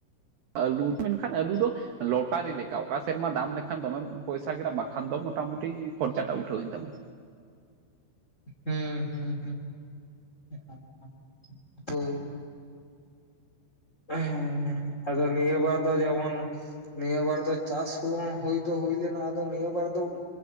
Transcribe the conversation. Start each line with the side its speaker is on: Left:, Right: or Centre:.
Right: ᱟᱹᱞᱩ ᱢᱮᱱᱠᱷᱟᱱ ᱟᱹᱞᱩ ᱫᱚ, ᱞᱚᱴᱟᱨᱤ ᱞᱮᱠᱟ ᱚᱠᱟ ᱥᱮᱨᱢᱟ ᱫᱟᱢ ᱞᱮᱠᱷᱟᱱ ᱫᱚᱢᱮᱢ ᱯᱚᱭᱥᱟ ᱠᱮᱫᱟ, ᱵᱟᱠᱷᱟᱱ ᱫᱚ ᱢᱚᱴᱟᱢᱩᱴᱤ ᱠᱷᱚᱨᱪᱟᱴᱟᱜ ᱩᱴᱷᱟᱹᱣᱮᱱ ᱛᱟᱢᱟ᱾
Left: ᱦᱩᱸ ᱦᱩᱸ ᱦᱩᱸ᱾ ᱚᱠᱟ <unintelligible> ᱦᱳᱭ ᱦᱳᱭ᱾ ᱦᱮᱸ ᱦᱮᱸ, ᱟᱫᱚ ᱱᱤᱭᱟᱹ ᱵᱟᱨ ᱫᱚ ᱡᱮᱢᱚᱱ ᱱᱤᱭᱟᱹ ᱵᱟᱨ ᱫᱚ ᱪᱟᱥ ᱠᱩᱦᱚᱸ ᱦᱩᱭ ᱫᱚ ᱦᱩᱭ ᱞᱮᱱᱟ ᱟᱫᱚ ᱱᱤᱭᱟᱹ ᱵᱟᱨ ᱫᱚ